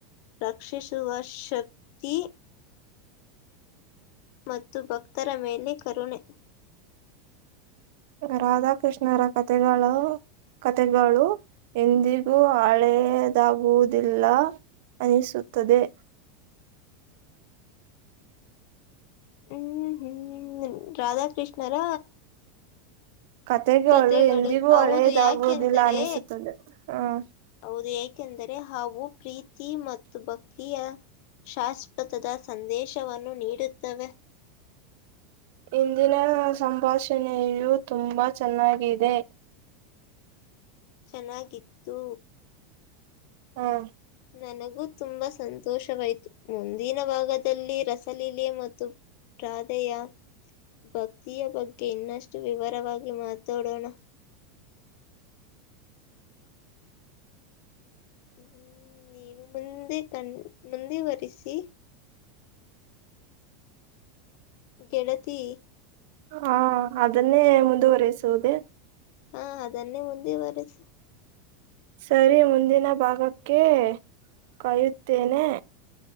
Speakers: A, on the left (about 55°); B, on the right (about 60°).
A: ರಕ್ಷಿಸುವ ಶಕ್ತಿ ಮತ್ತು ಭಕ್ತರ ಮೇಲೆ ಕರುಣೆ
B: ರಾಧಾಕೃಷ್ಣರ ಕಥೆಗಳು ಕತೆಗಳು ಎಂದಿಗೂ ಹಳೆಯದಾಗುವುದಿಲ್ಲ ಅನಿಸುತ್ತದೆ
A: ಹ್ಮ್ ಹ್ಮ್ ರಾಧಾಕೃಷ್ಣರ
B: ಕಥೆಗಳು
A: ಕತೆಗಳು
B: ಎಂದಿಗೂ
A: ಹೌದು
B: ಹಳೆಯದಾಗುವುದಿಲ್ಲ
A: ಯಾಕೆಂದರೆ
B: ಅನಿಸುತ್ತದೆ ಹ
A: ಹೌದು ಏಕೆಂದರೆ ಹಾವು ಪ್ರೀತಿ ಮತ್ತು ಭಕ್ತಿಯ ಶಾಶ್ವತದ ಸಂದೇಶವನ್ನು ನೀಡುತ್ತವೆ
B: ಇಂದಿನ ಸಂಭಾಷಣೆಯೂ ತುಂಬಾ ಚೆನ್ನಾಗಿದೆ
A: ಚೆನ್ನಾಗಿತ್ತು
B: ಹ್ಮ
A: ನನಗೂ ತುಂಬಾ ಸಂತೋಷವಾಯಿತು ಮುಂದಿನ ಭಾಗದಲ್ಲಿ ರಸಲೀಲೆ ಮತ್ತು ರಾಧಯಾ ಭಕ್ತಿಯ ಬಗ್ಗೆ ಇನ್ನಷ್ಟು ವಿವರವಾಗಿ ಮಾತಾಡೋಣ ಹ್ಮ ನೀನು ಮುಂದೆ ಕಣ್ ಮುಂದೆುವರಿಸಿ ಗೆಳತಿ
B: ಹಾ ಅದನ್ನೇ ಮುಂದುವರೆಸುವುದೇ
A: ಹಾ ಅದನ್ನೇ ಮುಂದೆ ವರೆಸು
B: ಸರಿ ಮುಂದಿನ ಭಾಗಕ್ಕೆ ಕಾಯುತ್ತೇನೆ